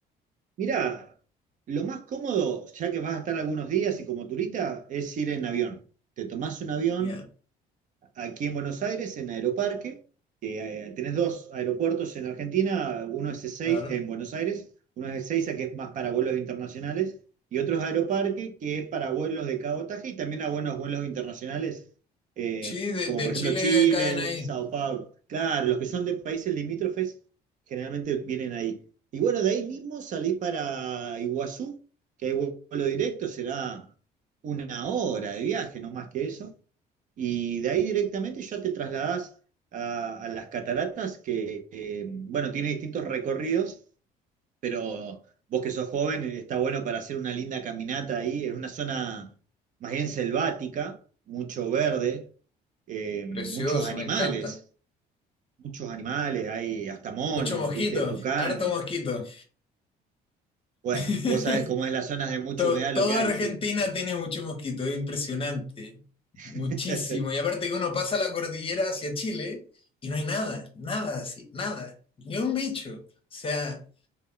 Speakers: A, on the right; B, on the left.
A: Mira, lo más cómodo, ya que vas a estar algunos días y como turista, es ir en avión. Te tomás un avión
B: Ya,
A: aquí en Buenos Aires, en Aeroparque, que eh, tenés dos aeropuertos en Argentina, uno es Ezeiza,
B: claro.
A: en Buenos Aires, uno es Ezeiza, que es más para vuelos internacionales, y otro es Aeroparque, que es para vuelos de cabotaje y también a buenos vuelos internacionales, eh,
B: Sí, de,
A: como
B: de
A: por ejemplo
B: Chile
A: Chile,
B: caen ahí.
A: Sao Paulo. Claro, los que son de países limítrofes generalmente vienen ahí. Y bueno, de ahí mismo salís para Iguazú, que hay vuelo directo, será una hora de viaje, no más que eso. Y de ahí directamente ya te trasladás a, a las cataratas, que, eh, bueno, tiene distintos recorridos, pero vos que sos joven, eh, está bueno para hacer una linda caminata ahí. Es una zona más bien selvática, mucho verde, eh,
B: Precioso,
A: muchos animales,
B: me encanta.
A: muchos animales, hay hasta monos,
B: Mucho mosquito,
A: viste, tucanes.
B: harto mosquito.
A: Bueno,
B: <laughs>
A: vos sabés cómo es las zonas de mucha
B: To-
A: humedad
B: todo
A: lo que hay,
B: Argentina
A: sí, sí.
B: tiene mucho mosquito, es impresionante.
A: <laughs>
B: Muchísimo. Y aparte que uno pasa la cordillera hacia Chile y no hay nada, nada así, nada. Ni un bicho. O sea,